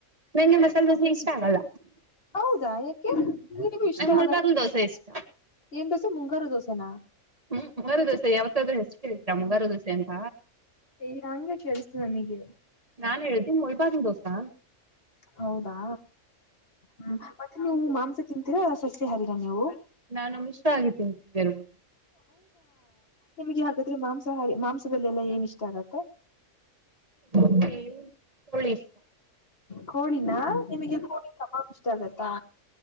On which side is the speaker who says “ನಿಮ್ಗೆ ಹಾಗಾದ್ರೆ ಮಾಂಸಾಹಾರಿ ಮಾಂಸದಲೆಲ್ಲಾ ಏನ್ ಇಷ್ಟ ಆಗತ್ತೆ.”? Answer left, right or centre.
Left